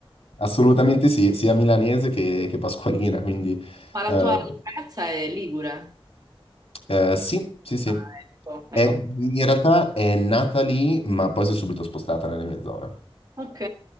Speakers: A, on the left; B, on the right.
A: Assolutamente sì, sia milanese che, che pasqualina, quindi
B: Ma la
A: eh,
B: tua ragazza è ligure.
A: eh, sì, sì, sì.
B: Ah, ecco, ecco.
A: È- in realtà è nata lì, ma poi si è subito spostata nelle mie zone.
B: Ok.